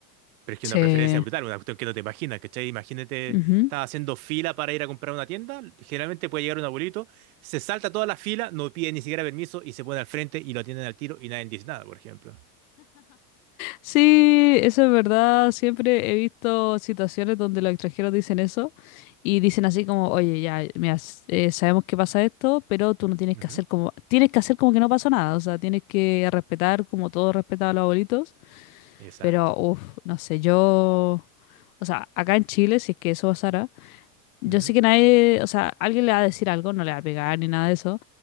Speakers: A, on the right; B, on the left.
A: Pero es que
B: Sí.
A: una preferencia brutal, una cuestión que no te imaginas, ¿cachai? Imagínate,
B: Ujú.
A: estás haciendo fila para ir a comprar una tienda, generalmente puede llegar un abuelito, se salta toda la fila, no pide ni siquiera permiso y se pone al frente y lo atienden al tiro y nadie dice nada, por ejemplo.
B: Sí, eso es verdad. Siempre he visto situaciones donde los extranjeros dicen eso y dicen así como, oye, ya, mira, s- eh, sabemos que pasa esto, pero tú no tienes
A: Ujú,
B: que hacer como, tienes que hacer como que no pasó nada. O sea, tienes que respetar como todos respetaba a los abuelitos.
A: Exacto.
B: Pero, uff, no sé, yo, o sea, acá en Chile, si es que eso pasara. Yo
A: Ujú.
B: sé que nadie, o sea, alguien le va a decir algo, no le va a pegar ni nada de eso,